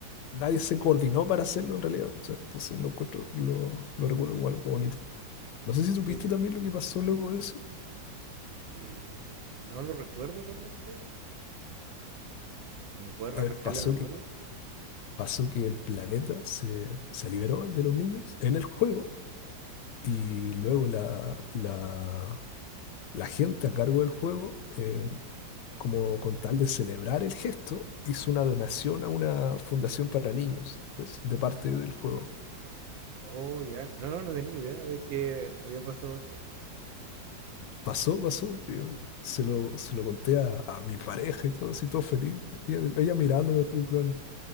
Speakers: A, on the left; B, on the right.
A: nadie se coordinó para hacerlo en realidad. o sea, entonces lo encuentro, lo, lo recuerdo como algo bonito. No sé si
B: Sí,
A: supiste
B: sí,
A: también lo que pasó luego de eso.
B: eh, no lo recuerdo realmente. Si me puede refrescar
A: A ver, pasó
B: la memoria.
A: que, pasó que el planeta se, se liberó, el de los niños, en el juego, Y luego la, la- la gente a cargo del juego, eh, como con tal de celebrar el gesto, hizo una donación a una fundación para niños, ¿ves? De parte del juego.
B: Oh, ya. No, no no tenía idea de que había pasado eso.
A: Pasó, pasó. yo se lo, se lo conté a, a mi pareja y todo, así todo feliz. Ella, ella mirándome, así, en plan,